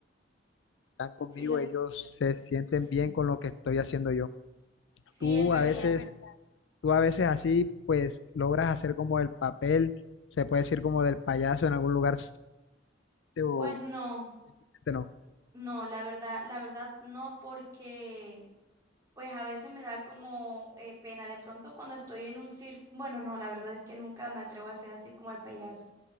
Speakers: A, on the left; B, on the right.
A: están conmigo,
B: Sí, la,
A: ellos se sienten
B: sí,
A: bien con lo que estoy haciendo yo.
B: sí
A: Tú
B: es verdad.
A: a Sí, es verdad. veces, tú a veces así, pues logras hacer como el papel, se puede decir como del payaso en algún lugar o
B: Pues no,
A: simplemente no.
B: no, la verdad, la verdad no, porque pues a veces me da como eh, pena. De pronto cuando estoy en un circo, bueno, no, la verdad es que nunca me atrevo a hacer así como el payaso.